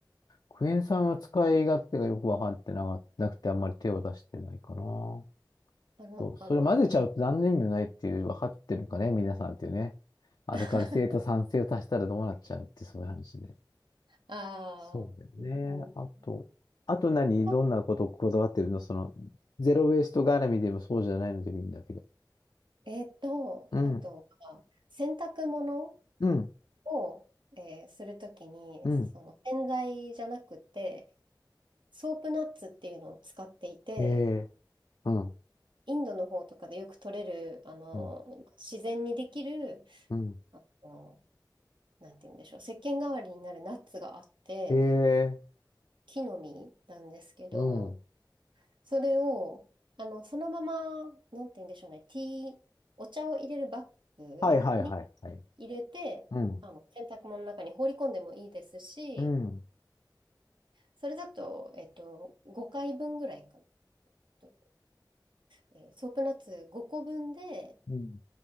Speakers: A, on the left; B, on the right.
A: クエン酸は使い勝手がよくわかってなかなくてあんまり手を出してないかな。
B: あの、
A: そう、それ混ぜちゃうと何の意味もないっていう、
B: あの、あ
A: 分かってるのかね、皆さんっていうね。アルカリ性と酸性を足したらどうなっちゃうってそういう話で。
B: <laughs> あー、
A: そうだよね。
B: うんうん。
A: あと、あと何どんなことこだわってるのその、
B: と
A: ゼロウェイスト絡みでもそうじゃないのでもいいんだけど。
B: えっと、
A: うん、
B: あとは、洗濯物
A: うん、
B: を、えーするときに、
A: うん。
B: その洗剤じゃなくて、ソープナッツっていうのを使っていて、
A: ええうん、
B: インドの方とかでよく取れる、あの、
A: うん、
B: 自然にできる、
A: うん。
B: あのなんて言うんでしょう、石鹸代わりになるナッツがあって、
A: ええ
B: 木の実なんですけど、
A: うん。
B: それを、あの、そのまま、なんて言うんでしょうね、ティー、お茶を入れるバッ
A: はいはいはいはい。
B: グに入れて、
A: うん。
B: あの、洗濯物の中に放り込んでもいいですし、
A: うん。
B: それだと、えっと、5回分ぐらいかなと。えーソープナッツ5個分で
A: うん。